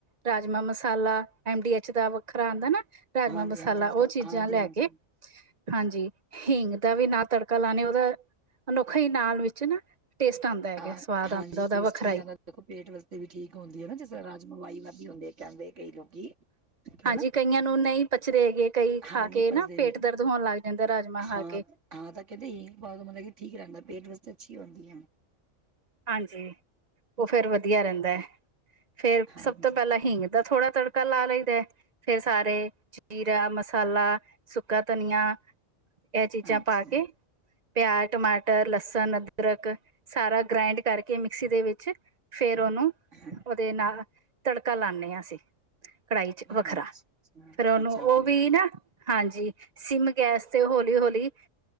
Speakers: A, on the right; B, on the right.
A: ਰਾਜਮਾਂ ਮਸਾਲਾ ਐਮ ਡੀ ਐਚ ਦਾ ਵੱਖਰਾ ਆਉਂਦਾ ਨਾ ਰਾਜਮਾਂ
B: ਹਾਂਜੀ
A: ਮਸਾਲਾ
B: ਹਾਂਜੀ ਅੱਜ
A: ਉਹ
B: ਕੱਲ
A: ਚੀਜ਼ਾਂ
B: ਹਾਂਜੀ
A: ਲੈ
B: ਹਾਂਜੀ
A: ਕੇ ਹਾਂਜੀ ਹਿੰਗ ਦਾ ਵੀ ਨਾ ਤੜਕਾ ਲਾਣੇ ਉਹਦਾ ਅਨੋਖਾ ਹੀ ਨਾਲ ਵਿੱਚ ਨਾ <inaudible>
B: ਹਾਂ
A: ਸਵਾਦ
B: ਹਾਂਜੀ
A: ਆਉਂਦਾ ਉਹਦਾ
B: ਟੇਸਟ
A: ਵੱਖਰਾ
B: ਵੀ
A: ਹੀ
B: ਆਦਾ ਦੇਖੋ ਪੇਟ ਵਾਸਤੇ ਵੀ ਠੀਕ ਹੁੰਦੀ ਹੈ ਨਾ ਰਾਜਮਾ ਵਾਈ ਵਾਧ ਹੁੰਦੇ ਆ ਕਹਿੰਦੇ ਕਈ ਲੋਕੀ
A: ਹਾਂਜੀ
B: ਹਨਾ
A: ਕਈਆਂ ਨੂੰ ਨਹੀਂ ਪਚਦੇ ਹੈਗੇ ਕਈ ਖਾ
B: ਹਾਂ ਨਹੀਂ
A: ਕੇ
B: ਪਚਦੇ
A: ਨਾ ਪੇਟ ਦਰਦ ਹੋਣ ਲੱਗ ਜਾਂਦਾ ਰਾਜਮ ਖਾ
B: ਹਾਂ
A: ਕੇ
B: ਹਾਂ ਤਾਂ ਕਹਿੰਦੇ ਹਿੰਗ ਪਾਗ ਮਤਲਬ ਠੀਕ ਰਹਿਣਦਾ ਪੇਟ ਵਾਸਤੇ ਅੱਛੀ ਹੁੰਦੀ ਆ
A: ਹਾਂਜੀ ਉਹ ਫੇਰ ਵਧੀਆ ਰਹਿੰਦਾ ਹੈ ਫੇਰ
B: ਹਾਂਜੀ
A: ਸਭ ਤੋਂ ਪਹਿਲਾਂ
B: ਹਾਂਜੀ
A: ਹਿੰਗ ਦਾ ਥੋੜਾ ਤੜਕਾ ਲਾ ਲਈਦਾ ਫੇਰ ਸਾਰੇ ਜੀਰਾ, ਮਸਾਲਾ, ਸੁੱਕਾ ਧਨੀਆ ਇਹ ਚੀਜ਼ਾਂ
B: ਅੱਛਾ
A: ਪਾ ਕੇ ਪਿਆਜ, ਟਮਾਟਰ, ਲਸਣ, ਅਦਰਕ ਸਾਰਾ ਗ੍ਰਾਇੰਡ ਕਰਕੇ ਮਿਕਸੀ ਦੇ ਵਿੱਚ ਫੇਰ ਉਹਨੂੰ
B: ਹਾਂ
A: ਉਹਦੇ ਨਾਲ ਤੜਕਾ ਲਾਉਦੇ ਹਾਂ ਅਸੀ ਕੜਾਹੀ ਚ
B: ਅੱਛਾ
A: ਵੱਖਰਾ
B: ਅੱਛਾ
A: ਫੇਰ ਉਹਨੂੰ
B: ਅੱਛਾ
A: ਉਹ
B: ਫਿਰ
A: ਵੀ ਨਾ ਹਾਂਜੀ ਸਿੰਮ ਗੈਸ ਤੇ ਹੌਲੀ ਹੌਲੀ